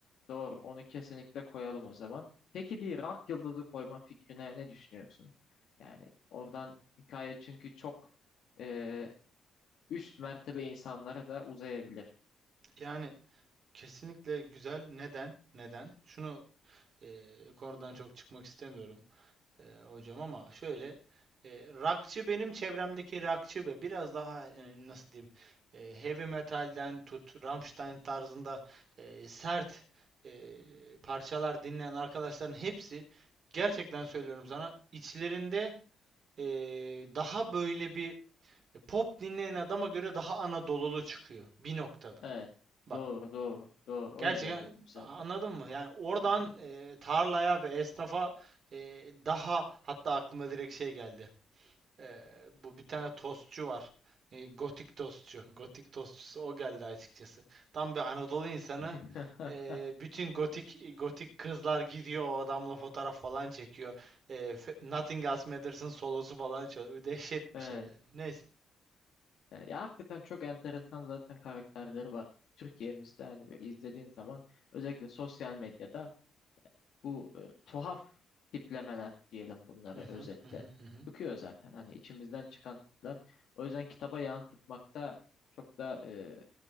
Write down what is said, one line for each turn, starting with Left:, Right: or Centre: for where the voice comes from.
Left: Doğru. Onu kesinlikle koyalım o zaman. Peki bir rock yıldızı koyma fikrine ne düşünüyorsun? Yani oradan hikaye çünkü çok e, üst mertebe insanlara da uzayabilir.
Right: Yani kesinlikle güzel. Neden? Neden? Şunu eee, konudan çok çıkmak istemiyorum. e, hocam ama şöyle e, rockçı benim çevremdeki rockçı ve biraz daha e, nasıl diyeyim e, heavy metalden tut Rammstein tarzında e, sert e, parçalar dinleyen arkadaşların hepsi gerçekten
Left: Hı
Right: söylüyorum
Left: hı.
Right: sana içlerinde e, daha böyle bir pop dinleyen adama göre daha Anadolulu çıkıyor bir noktada.
Left: Evet.
Right: Bak
Left: Doğru, doğru, doğru.
Right: gerçekten
Left: O yüzden dedim zaten.
Right: anladın mı? Yani oradan
Left: Hı hı.
Right: e, tarlaya ve esnafa e, daha hatta aklıma direkt şey geldi. Ee, bu bir tane tostçu var. Ee, gotik tostçu. Gotik tostçusu o geldi açıkçası. Tam bir Anadolu insanı.
Left: <laughs>
Right: Ee, bütün gotik gotik kızlar gidiyor o adamla fotoğraf falan çekiyor. Ee, Fe- Nothing Else Matters'ın solosu falan çalıyor. Dehşet
Left: Evet.
Right: bir şey yani. Neyse.
Left: E, Ya hakikaten çok enteresan zaten karakterleri var. Türkiye'mizde hani böyle izlediğin zaman özellikle sosyal medyada bu e, tuhaf tiplemeler diyelim bunları
Right: Hı hı
Left: özetle
Right: hı hı hı hı.
Left: çıkıyor zaten hani içimizden çıkan tipler. O yüzden kitaba yansıtmakta çok da e,